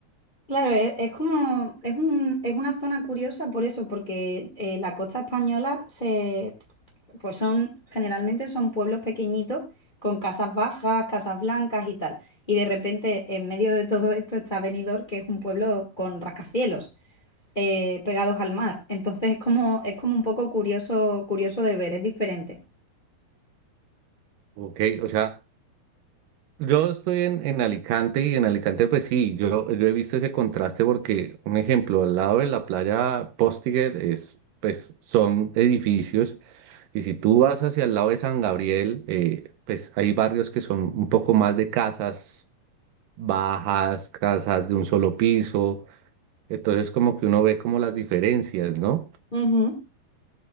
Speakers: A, on the left; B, on the right.
A: Claro, es, es como, es un- es una zona curiosa por eso, porque eh, la costa española se, pues son, generalmente son pueblos pequeñitos con casas bajas, casas blancas y tal. Y de repente, en medio de todo esto está Benidorm, que es un pueblo con rascacielos, eh, pegados al mar. Entonces es como, es como un poco curioso, curioso de ver, es diferente.
B: ¿ok? O sea, Yo estoy en, en Alicante y en Alicante pues sí, yo, yo he visto ese contraste porque, un ejemplo, al lado de la playa Postiguet es, pues son edificios y si tú vas hacia el lado de San Gabriel, eh, pues hay barrios que son un poco más de casas bajas, casas de un solo piso, entonces como que uno ve como las diferencias, ¿no?
A: Ujú.